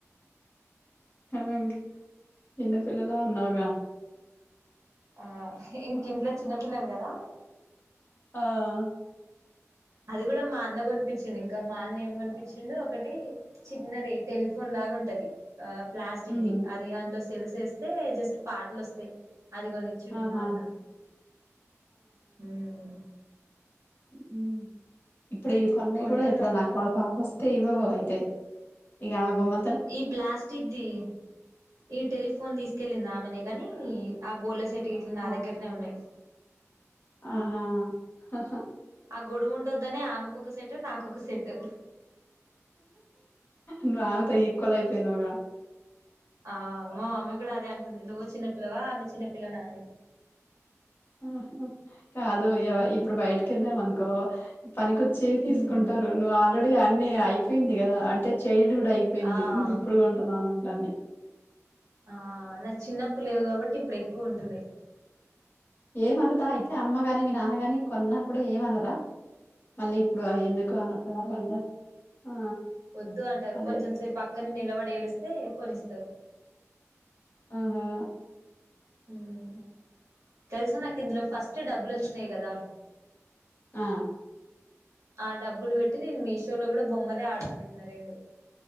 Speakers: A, on the left; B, on the right.
A: అ ఇంకా చిన్న పిల్లలా ఉన్నాగా
B: ఆ ఇంకింట్లో చిన్న పిల్లను కదా
A: ఆ
B: అది కూడా మా అన్న కనిపించింంది ఇంకా మా అన్న ఏం కనిపించిండు ఒకటి చిన్నది టెలిఫోన్ లాగా ఉంటది ఆ ప్లాస్టిక్
A: ఉమ్
B: ది అది అందులో సెల్స్ ఏస్తే జస్ట్ పాటలు వస్తాయి అది కొని చ్చిటుమాన్న
A: ఆహా
B: వ్మ్
A: వ్మ్ ఇప్పుడు ఇవి కొన్నాయి
B: కొంటారు
A: కూడా ఇప్పుడన్న
B: మామ
A: అక్క వాళ్ వాపస్తే ఇవవ్వు అయితే ఇగ ఆమె బొమ్మ
B: ఈ ప్లాస్టిక్దిి ఈ టెలిఫోన్ తీసుకెళ్లింది ఆమెనే గాని ఆ బొల్లాసెట్టు గిట్ల నా
A: ఆ
B: దగ్గరనే ఉన్నాయి.
A: ఆహా హ హ
B: ఆ గొడువ ఉండొద్దని ఆమెకొక సెట్ నాకొక సెట్టు
A: నువ్వు ఆమెతో ఈక్వల్ అయిపోయినావుగా
B: ఆ మా మమ్మీ కూడా అదే అంటుంది నువ్వు చిన్నపిల్లవా అన్న చిన్నపిల్లనా అని
A: ఆహ కాదు య
B: ఉమ్
A: ఇప్పుడు బయటకి వెళ్ళాం అనుకో పనికొచ్చేవి తీసుకుంటారు.
B: ఉమ్
A: నువ్వు ఆల్రెడీ అన్ని అయిపోయింది కదా అంటే చైల్డ్ హుడ్ అయిపోయింది.
B: ఆ
A: నువ్వు ఇప్పుడు కొ టున్నాను ఉంటాన్ని
B: ఆ నాకు చిన్నప్పుడు లేవు కాబట్టి ఇప్పుడు ఎక్కువ ఉంటున్నాయి.
A: ఏమనదా అయితే అమ్మ గాని మీ నాన్న గాని కొన్నా కూడా ఏమనరా మళ్ళీ ఇప్పుడు ఆ ఎందుకు అనవసరంగా లండా ఆ
B: వద్దు అంటారు
A: అదే.
B: కొంచెం సేపు అక్కన్నే నిలబడి ఏడిస్తే కొనిస్తారు
A: ఆహా
B: వ్మ్ తెలుసా నాకు ఇందులో ఫస్ట్ డబ్బులు వచ్చినాయి కదా
A: ఆ!
B: ఆ డబ్బులు పెట్టి నేను మీషో లో కూడా బొమ్మలే ఆర్డర్ పెట్టిన రెండు